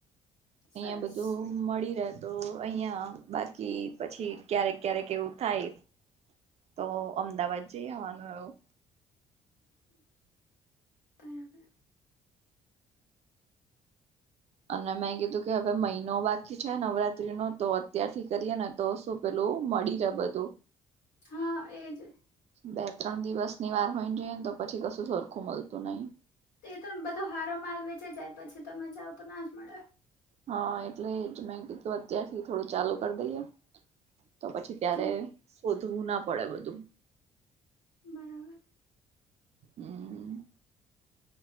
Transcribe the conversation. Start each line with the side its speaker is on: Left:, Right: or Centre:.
Right: અહીંયા
Left: સરસ
Right: બધું મળી રહે તો અહિયાં બાકી પછી ક્યારેક ક્યારેક એવું થાય. તો અમદાવાદ જઈ આવાનું એવો.
Left: બરાબર.
Right: અને મેં કીધું કે હવે મહિનો બાકી છે નવરાત્રીનો તો અત્યારથી કરીએ ને તો શું પેલું મળી રહે બધું.
Left: હા એ જ.
Right: બે ત્રણ દિવસની વાર હોયને જઈએ ને તો પછી કશું સરખું મલતું નહીં.
Left: તે તો એમ બધો હારો માલ વેચાઈ જાય પછી તમે જાવ તો ના જ મળે.
Right: હહ એટલે જ મેં કીધું અત્યારથી થોડું ચાલુ કર દઈએ. તો પછી ત્યારે
Left: હા
Right: શોધવું ના પડે બધું.
Left: <inaudible> બરાબર.
Right: હમ